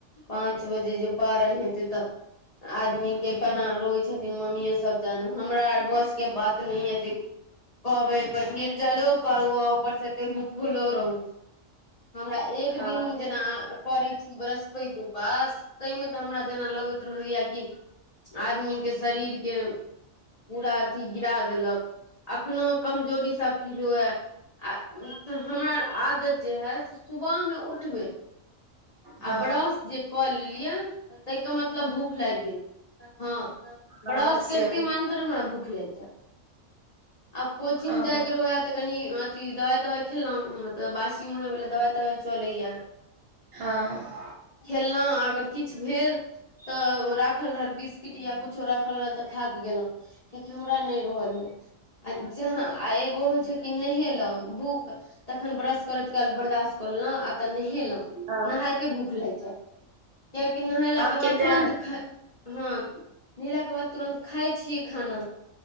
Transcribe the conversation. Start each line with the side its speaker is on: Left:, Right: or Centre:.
Left: पाँच बजे जे पारण हेतै तऽ आदमी के केना रहोै छथिन मम्मीे सब जानै हमरा आर बस के बात नहि य जे कहबै पर नीरजालो करू ऊपर सँ छै त भूखलो रहू हमरा एक
Right: हँ
Left: दिन जेना करै छी बृहस्पति उपास ताहिमे तऽ हमरा जेना लगैत रहैय कि आदमीके शरीरके पूरा अथि गिरा देलक अखनो कमजोरी सन फील होइय आ हमरा आदत जे है त सुबह मे उठबे आ
Right: हँ
Left: ब्रश जे क लिइय ताहि क मतलब मतलब भूख लागि गेल हँ ब्रश
Right: हँ
Left: करिथे
Right: से
Left: तुरंत भुख लागि जैत आब कोचिंग
Right: हँ
Left: जाय के रोहय ते कनि कि दबाइ तबाइ खेलहुँ हमरा तऽ बासी मुँहे वला दबाइ तबाइ चलैए
Right: हँ
Left: खेलहुँ अगर किछु भेल तऽ राखल रहल बिस्किट या किछु राखल रहल तऽ खा क गेलहु कियाक हमरा नहि रहल हो आ जहाँ आ एगो होय छै कि नहिये लाउन तखन ब्रश करैत काल बर्दाश्त कर लेलहुँं आ तऽ नहेलहुँ नहाइते
Right: हँ
Left: भूख लागि जाय कियकि नहेलाके
Right: हँ
Left: बाद
Right: के
Left: तुरन्त
Right: तऽ
Left: हँ नहेलाक के बाद तुरन्त खाय छी खाना